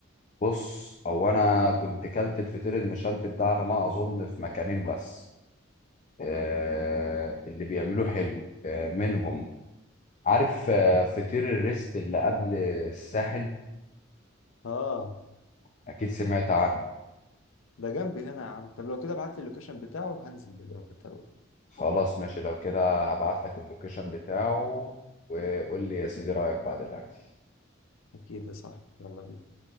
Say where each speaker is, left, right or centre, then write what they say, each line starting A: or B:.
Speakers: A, on the left; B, on the left.
A: بص هو انا كنت كلت الفطير المشلتت ده على ما اظن في مكانين بس آه، اللي بيعملوه حلو آه، منهم عارف آه، فطير الريست اللي قبل الساحل
B: اه
A: اكيد سمعت عنه
B: ده جنبي هنا يا عم طب لو كده ابعت لي اللوكيشن بتاعه وهنزل دلوقتي اروح
A: خلاص ماشي لو كده هبعت لك اللوكيشن بتاعه وقول لي يا سيدي رأيك بعد الاكل
B: اكيد يا صاحبي يلا بينا